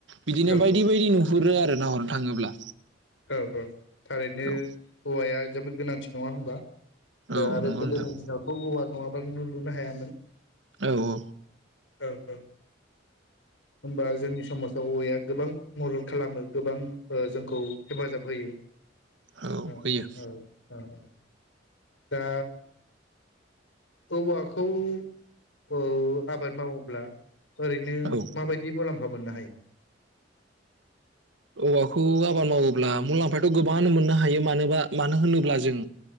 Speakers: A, on the right; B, on the left.
A: बिदिनो
B: औ
A: बायदि बायदि नुहुरो आरो नाहरनो थाङोब्ला
B: औ औ थारैनो
A: औ
B: औवाया जोबोद गोनांथि नङा होमबा?
A: औ
B: आरो
A: नंगौ
B: गोदोनि
A: नोंथां
B: दिनावथ' औवा नङाबानो न' लुनो हायामोन।
A: औ औ
B: औ औ होमबा जोंनि समाजाव औवाया गोबां मदद खालामो गोबां जोंखौ हेफाजाब होयो।
A: औ
B: ओ
A: होयो
B: औ ओ दा औवाखौ ओ आबाद मावोब्ला ओरैनो
A: औ
B: माबायदि मुलाम्फा लामफा मोननो हायो?
A: औवाखौ आबाद मावोब्ला मुलाम्फाथ' गोबां मोननो हायो मानोबा मानो होनोब्ला जों